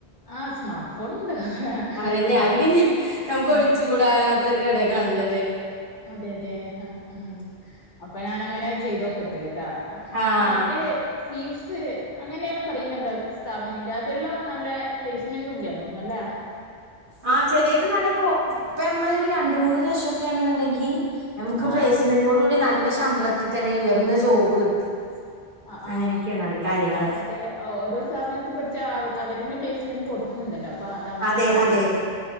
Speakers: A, on the left (about 45°); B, on the right (about 50°).
A: ആഹ് സ്മാർട്ട് ഫോൺ ഉണ്ട് ആഹ്
B: അതന്നെ
A: ആഹ്
B: അത് പിന്നെ നമ്മക്ക് ഒഴിച്ച് കൂ ടാനാത്തൊര് കടേ ക്കാണല്ലോല്ലേ?
A: അതെ അതെ ആഹ് ആഹ് അപ്പം ഞാന് അങ്ങനെ ചെയ്തോക്കട്ട് കേട്ടാ.
B: ആഹ്
A: മറ്റേ സീഫ്സ് അങ്ങനെ ഒന്ന് പറയുന്നുണ്ടോ സ്ഥാപന ഇല്ല അതെല്ലാം നല്ലേ പ്ലേസ്മെന്റ് ഉള്ളിയാന്ന് തോന്ന് അല്ലേ.
B: ആഹ് ചെലത് നല്ല കോ ഇപ്പൊ നമ്മളൊരു രണ്ട് മൂന്ന് ലക്ഷം ഒക്കെ ആണെന്നുണ്ടെങ്കിൽ നമുക്ക്
A: ആഹ്
B: പ്ലേസ്മെന്റോട്
A: ആഹ്
B: കൂടി ന നല്ല ശമ്പളത്തിൽ തന്നെ ഉയർന്ന ജോബ് കിട്ടും
A: ആഹ് ആഹ്
B: അങ്ങനെയൊക്കെയാണ് അത് കാര്യങ്ങൾ
A: അതെ ഓരോ സ്ഥാപനത്തിൽ പഠിച്ച അവരെനെ പ്ലേസ്മെന്റ് കൊടുക്കുന്നുണ്ടല്ലോ ഇപ്പ അതങ്ങനെ
B: അതെ
A: ഞാൻ
B: അതെ
A: ചോയിച്ചത്